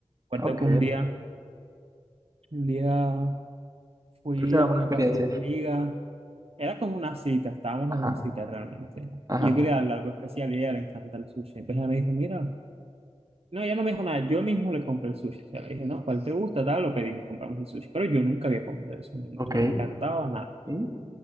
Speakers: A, on the right (about 55°); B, on the right (about 30°).
A: Recuerdo
B: ok.
A: que un día, un día fui
B: Pero es una
A: a
B: buena
A: una
B: experiencia.
A: casa de una amiga, era como una cita, estábamos
B: Ajá,
A: en una cita realmente.
B: ajá.
A: Y yo quería darle algo especial y a ella le encanta el sushi. Entonces ella me dijo, mira, no, ella no me dijo nada, yo mismo le compré el sushi. O sea, le dije, no, ¿cuál te gusta? Tal, lo pedimos, compramos el sushi. Pero yo nunca había comido eso, no
B: Ok.
A: me encantaba nada.
B: Sí.